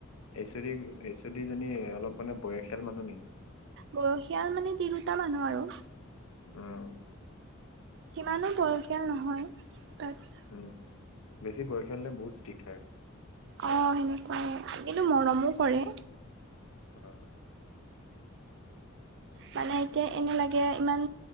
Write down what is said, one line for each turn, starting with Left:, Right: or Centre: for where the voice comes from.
Left: এইচ এইচ ডি জনী অলপ মানে বয়সখিয়াল মানুহ নেকি?
Right: বয়সীয়াল মানে তিৰোটাা মানুহ আৰু।
Left: উম।
Right: সিমানো বৰখীয়াল নহয় তাত
Left: উম বেছি বয়সীয়াল হ'লে বহুত ষ্ট্ৰিকট হয়।
Right: অ সেনেকুৱাই, কিন্তু মৰমো কৰে।
Left: অ।
Right: মানে এতিয়া এনে লাগে ইমান